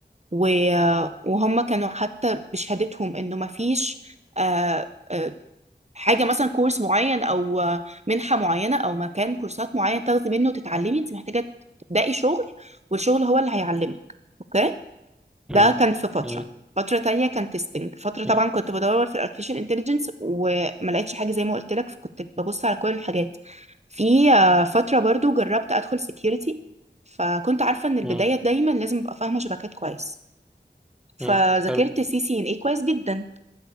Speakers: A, on the right; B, in the centre.
A: و... آه، وهم كانوا حتى بشهادتهم انه مفيش آه آه حاجة مثلا كورس معين او آه، منحة معينة او مكان كورسات معين تاخدي منه وتتعلمي انت محتاجة تبدأي شغل والشغل هو اللي هيعلمك اوكي
B: مم.
A: ده كان في فترة
B: مم.
A: فترة تانية كان تيستنج فترة
B: مم.
A: طبعا كنت بدور في الارتفيشال انتليجنس وما لقيتش حاجة زي ما قلت لك فكنت ببص على كل الحاجات في آه، فترة برضو جربت ادخل سكيورتي فكنت عارفة ان البداية
B: مم.
A: دايما لازم ابقى فاهمة شبكات كويس فذاكرت
B: مم. حلو
A: سي سي ان اي كويس جدا